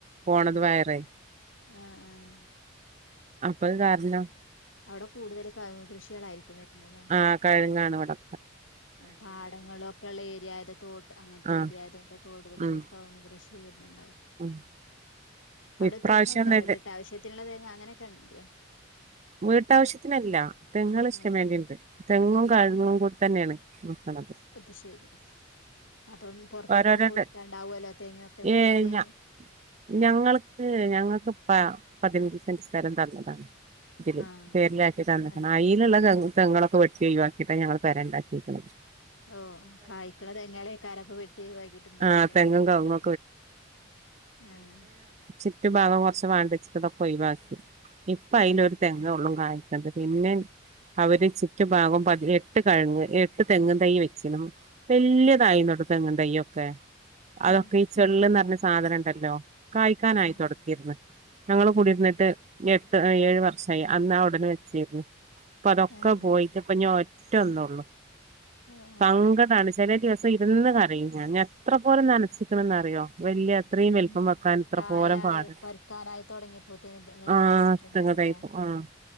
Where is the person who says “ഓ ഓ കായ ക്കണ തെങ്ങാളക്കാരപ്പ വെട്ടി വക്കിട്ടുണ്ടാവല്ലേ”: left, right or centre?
Left